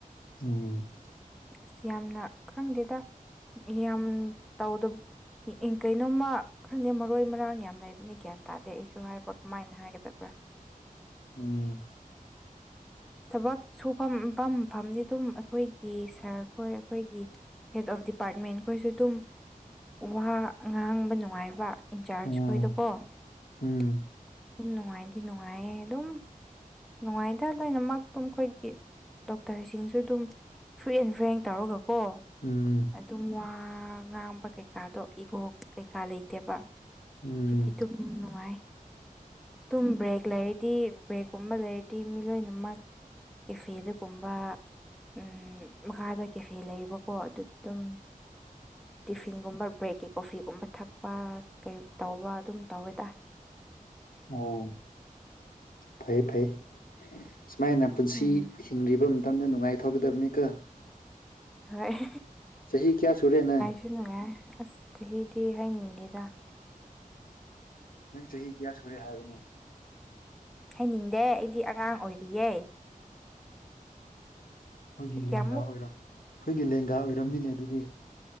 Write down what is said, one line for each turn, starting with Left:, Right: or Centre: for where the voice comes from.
Left: ꯎꯝ
Centre: ꯑꯁ ꯌꯥꯝꯅ ꯈꯪꯗꯦꯗ ꯌꯥꯝ ꯇꯥꯎꯗꯕ ꯑꯦ ꯀꯩꯅꯣꯝꯃ ꯈꯪꯗꯦ ꯃꯔꯣꯏ ꯃꯔꯥꯡ ꯌꯥꯝ ꯂꯩꯕꯅꯤ ꯒ꯭ꯌꯥꯟ ꯇꯥꯗꯦ ꯑꯩꯁꯨ ꯍꯥꯏꯕ ꯀꯃꯥꯏꯅ ꯍꯥꯏꯒꯗꯕ꯭ꯔꯥ
Left: ꯎꯝ
Centre: ꯊꯕꯛ ꯁꯨꯐꯝꯐꯝ ꯐꯝꯅꯤ ꯗꯨꯝ ꯑꯩꯈꯣꯏꯒꯤ ꯁꯥꯔ ꯈꯣꯏ ꯑꯩꯈꯣꯏꯒꯤ ꯍꯦꯠ ꯑꯣꯐ ꯗꯤꯄꯥꯔꯠꯃꯦꯟꯈꯣꯏꯁꯨ ꯑꯗꯨꯝ ꯋꯥ ꯉꯥꯡꯕ ꯅꯨꯡꯉꯥꯏꯕ ꯏꯟꯆꯥꯔꯖ
Left: ꯎꯝ
Centre: ꯈꯣꯏꯗꯣꯀꯣ ꯑꯗꯨꯝ
Left: ꯎꯝ
Centre: ꯅꯨꯡꯉꯥꯏꯗꯤ ꯅꯨꯡꯉꯥꯏꯌꯦ ꯑꯗꯨꯝ ꯅꯨꯡꯉꯥꯏꯗ ꯂꯣꯏꯅꯃꯛ ꯇꯨꯝ ꯈꯣꯏꯒꯤ ꯗꯣꯛꯇꯔꯁꯤꯡꯁꯨ ꯑꯗꯨꯝ ꯐ꯭ꯔꯤ ꯑꯦꯟ ꯐ꯭ꯔꯦꯡ ꯇꯧꯔꯒ ꯀꯣ
Left: ꯎꯝ
Centre: ꯑꯗꯨꯝ ꯋꯥ ꯉꯥꯡꯕ ꯀꯩꯀꯥꯗꯣ ꯏꯒꯣ ꯀꯩꯀꯥ ꯂꯩꯇꯦꯕ
Left: ꯎꯝ
Centre: ꯑꯗꯨꯒꯤꯗꯨ ꯫ ꯎꯝ ꯅꯨꯡꯉꯥꯏ ꯗꯨꯨꯝ ꯕ꯭ꯔꯦꯛ ꯂꯩꯔꯗꯤ ꯕ꯭ꯔꯦꯛ ꯒꯨꯝꯕ ꯂꯩꯔꯗꯤ ꯃꯤ ꯂꯣꯏꯅꯃꯛ ꯀꯦꯐꯦꯗꯒꯨꯝꯕ ꯎꯝ ꯃꯈꯥꯗ ꯀꯦꯐꯦ ꯂꯩꯌꯦꯕꯀꯣ ꯑꯗꯨ ꯑꯗꯨꯝ ꯇꯤꯐꯤꯟꯒꯨꯝꯕ ꯕ꯭ꯔꯦꯛꯀꯤ ꯀꯣꯐꯤꯒꯨꯝꯕ ꯊꯛꯄ ꯀꯩ ꯇꯧꯕ ꯑꯗꯨꯝ ꯇꯧꯋꯦ ꯇ
Left: ꯑꯣ ꯐꯩ ꯐꯩ ꯁꯨꯃꯥꯏꯅ ꯄꯨꯟꯁꯤ꯫
Centre: ꯎꯝ
Left: ꯏꯁꯤꯡꯂꯩꯕ ꯃꯇꯝꯗ ꯅꯨꯡꯉꯥꯏꯅ ꯊꯧꯒꯗꯕꯅꯤꯀꯣ꯫
Centre: ꯍꯣꯏ ꯫
Left: ꯆꯍꯤ ꯀꯌꯥ ꯁꯨꯔꯦ ꯅ
Centre: ꯊꯤ ꯅꯨꯡꯉꯥꯏ ꯑꯁ ꯆꯍꯤꯗꯤ ꯍꯥꯏꯅꯤꯡꯗꯦꯗ꯫
Left: ꯅꯪ ꯆꯍꯤ ꯀꯌꯥ ꯁꯨꯔꯦ ꯍꯥꯏꯕꯅꯦ꯫
Centre: ꯍꯥꯏꯅꯤꯡꯗꯦ ꯑꯩꯗꯤ ꯑꯉꯥꯡ ꯑꯣꯏꯔꯤꯌꯦ
Left: ꯑꯩꯈꯣꯏꯒꯤ
Centre: ꯀꯌꯥꯃꯨꯛ
Left: ꯂꯦꯡꯒꯥ ꯑꯣꯏꯔꯝ ꯑꯩꯈꯣꯏꯒꯤ ꯂꯦꯡꯒꯥ ꯑꯣꯏꯔꯝꯅꯤꯅꯦ ꯑꯗꯨꯗꯤ꯫